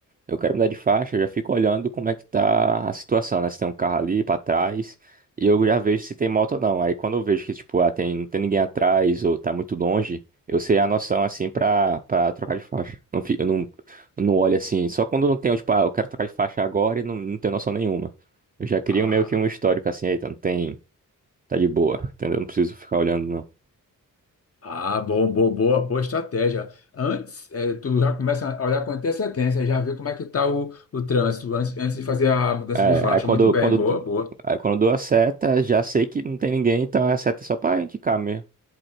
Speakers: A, on the right; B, on the left.
A: Eu quero mudar de faixa, eu já fico olhando como é que tá a situação, né? Se tem um carro ali pra trás, e eu já vejo se tem moto ou não. Aí quando eu vejo que, tipo, ah, tem, não tem ninguém atrás ou tá muito longe, eu sei a noção, assim, pra, pra trocar de faixa. Não, fi- eu não, não olho assim, só quando não tenho, tipo, ah, eu quero trocar de faixa agora e não, não tenho noção nenhuma. Eu já queria
B: Ah,
A: meio que um histórico, assim, eita, não tem, tá de boa, entendeu? Não preciso ficar olhando, não.
B: ah, bom, boa boa, boa estratégia. Antes, eh, tu já começa a olhar com antecedência, já vê como é que está o, o trânsito antes, antes de fazer a mudança
A: É,
B: de faixa.
A: aí quando,
B: Muito
A: eu-
B: bem,
A: quando,
B: boa,
A: eu-
B: boa.
A: aí quando eu dou a seta, já sei que não tem ninguém, então a seta é só pra indicar mesmo.